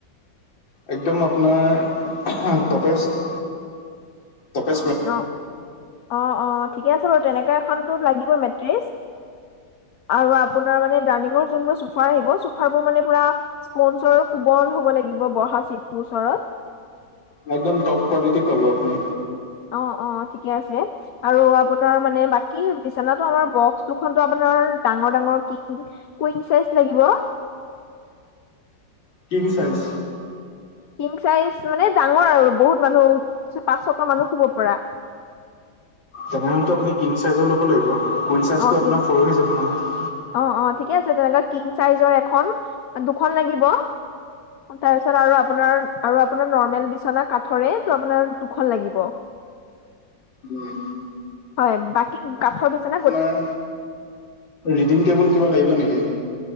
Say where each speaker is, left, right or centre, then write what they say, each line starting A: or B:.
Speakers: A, on the left; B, on the left.
A: একদম আপনাৰ <unintelligible> টপেষ্ট- টপেষ্ট মে
B: অ', অ', অ', ঠিকে আছে বাৰু তেনেকা এখনতো লাগিব মেট্ৰেছ। আৰু আপোনাৰ মানে ডাইনিঙৰ যোনবোৰ চোফা আহিব চোফাবোৰ মানে পুৰা স্পনচৰ কোমল হ'ব লাগিব বহা চিটটোৰ ওচৰত।
A: অ, একদম টপ কোৱালিটি পাব আপনি।
B: অ', অ', ঠিকে আছে। আৰু আপোনাৰ মানে বাকী বিচানাটো আমাৰ বক্স দুখনতো আপোনাৰ ডাঙৰ- ডাঙৰ কিং কুইন চাইজ লাগিব।
A: King size.
B: কিং চাইজ মানে ডাঙৰ আৰু বহুত মানুহ পাঁচ, ছটা মানুহ শুব পৰা।
A: তেনেহেনটো আপুনি কিং চাইজৰ লব লাগিব কুইন চাইজটো
B: অ কিং
A: আপোনাৰ সৰু হৈ যাব নহয়।
B: অ', অ', ঠিকে আছে তেনেকা কিং চাইজৰ এখন, দুখন লাগিব। তাৰ পিছত আৰু আপোনাৰ আৰু আপোনাৰ নৰ্মেল বিছনা কাঠৰে ত আপোনাৰ দুখন লাগিব। <inaudible>
A: উম,
B: হয়, বাকী কাঠৰ বিছনা
A: অহ, ৰিডিং টেবুল কিবা লাগিব নেকি